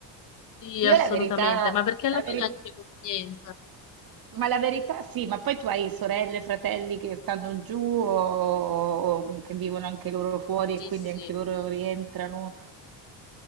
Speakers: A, on the left (about 40°); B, on the right (about 50°).
A: Sì, assolutamente,
B: Io la verità,
A: ma perché
B: la
A: alla
B: veri-
A: fine è anche conveniente.
B: Sì. Ma la verità sì, ma poi tu hai sorelle, fratelli che stanno giù o, o che vivono anche loro fuori
A: Sì,
B: e quindi
A: sì.
B: anche loro rientrano.